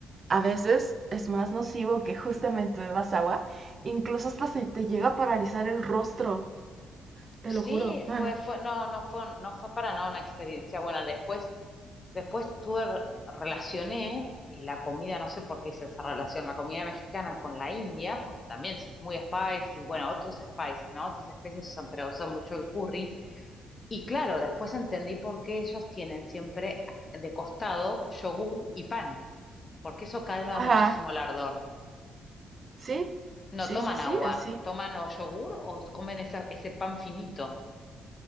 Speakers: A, on the right; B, on the left.
A: a veces es más nocivo que justamente bebas agua. Incluso hasta se te llega a paralizar el rostro, te
B: Sí,
A: lo juro. <laughs>
B: fue, fue, no, no fue, no fue para nada una experiencia buena. Después, después tuve, re- relacioné y la comida, no sé por qué hice esa relación, la comida mexicana con la India, porque también es muy spicy, y bueno, otros spices, ¿no? Otras especies usan, pero usan mucho el curry. Y claro, después entendí por qué ellos tienen siempre de costado yogur y pan, porque eso calma
A: Ajá,
B: muchísimo el ardor.
A: sí,
B: No
A: sí,
B: toman
A: sí, sí,
B: agua,
A: así.
B: toman o yogur o comen esa- ese pan finito.